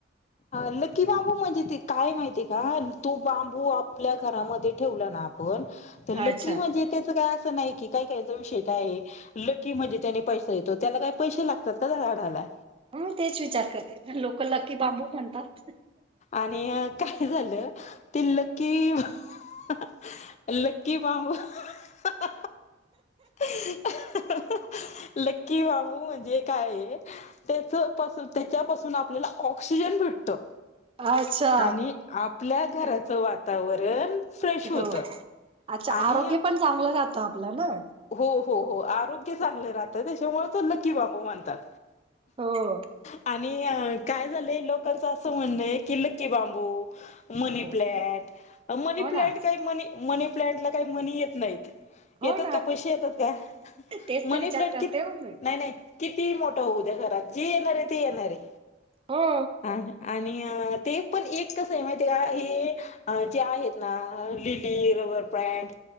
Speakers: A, on the left; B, on the right.
A: लकी बांबू म्हणजे, ते काय माहितीय का? तो बांबू आपल्या घरामध्ये ठेवला ना? पण तर लकी
B: अच्छा
A: म्हणजे, त्याच काय असं नाही की. काहीचा विषय काय आहे? लकी म्हणे, त्यानी पैसा येतो. त्यांना काही पैसे लागतात का, त्या झाडायला?
B: मी तेच विचार करते. लोक लकी बांबू म्हणतात
A: आणि काय झालं, ते लकी. हा लकी बांबू हह. ह्ह्ह्ह. लकी बाबू म्हणजे काय आहे, त्याच्यापासून, त्याच्यापासून आपल्याला. ऑक्सिजन भेटतो.
B: अच्छा
A: आणि आपल्या घराचं वातावरण. फ्रेश होतं.
B: हो अच्छा,
A: आणि
B: आरोग्य पण चांगलं राहतं आपलं ना?
A: हो, हो आरोग्य चांगलं राहतं. त्याच्यामुळे तो लकी बाबू म्हणतात.
B: हो.
A: आणि काय झालंय, लोकांचं असं म्हणणंय कि, लकी बांबू. मनी
B: हो
A: प्लांट मनी
B: हो
A: प्लांट
B: ना
A: काही मनी, मनी प्लांट काही मनी येत नाहीत.
B: हो
A: येतात
B: ना
A: का पैसे येतात का
B: तेच
A: मनी
B: तर विचार
A: प्लांट
B: करते
A: किती
B: हो मी
A: नाही नाही कितीही मोठं होऊद्या घरात जी येणार आहे ते येणार आहे.
B: हो.
A: आणि ते पण एक कस आहे माहिती का हे जे आहेत ना <unintelligible> रबर प्लांट,